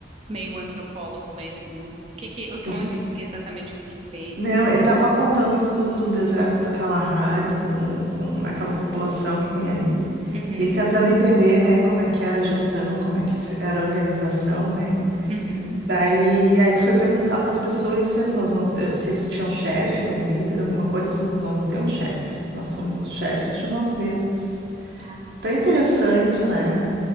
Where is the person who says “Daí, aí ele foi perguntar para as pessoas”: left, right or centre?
Right